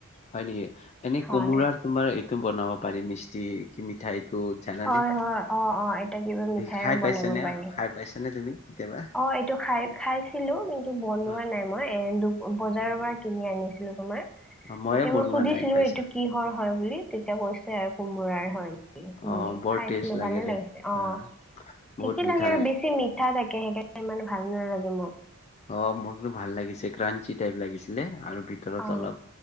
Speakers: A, on the left; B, in the centre.
A: হয় নেকি? এনে
B: হয়
A: কোমোোৰাৰ তোমাৰ এইটো বনাব পাৰি মিস্তি কি মিঠাই তত জানানে?
B: হয় হয় অ অ এটা কিবা মিঠাইও
A: খাই
B: বনাব
A: পাইছ নে,
B: পাৰি
A: খাই পাইছ নে তুমি? কেতিয়াবা
B: অ', এইটো খাই খাইছিলো কিন্তু বনোৱা
A: অ
B: নাই মই এ দুখ বজাৰৰ পৰা কিনি আনিছিলো তোমাৰ,
A: মইয়ে
B: তেতিয়া
A: বনোৱা
B: মই সুধিছিলো
A: নাই খাইছো
B: এইটো কি হয়? হয় বুলি তেতিয়া কৈছে আৰু কোমোৰাৰ হয়।
A: অ',
B: বুলি,
A: বৰ
B: খাইছিলো
A: টেষ্ট লাগে
B: ভালে
A: দে
B: লাগিছে অ'।
A: আহ বহুত
B: ঠিকে
A: মিঠা
B: লাগে আৰু বেছি মি উঠা থাকে ইমান ভাল নালাগে মোক
A: অ মোকতো ভাল লাগিছে ক্ৰাঞ্চি টাইপ লাগিছিলে আৰু ভিতৰত
B: অ
A: অলপ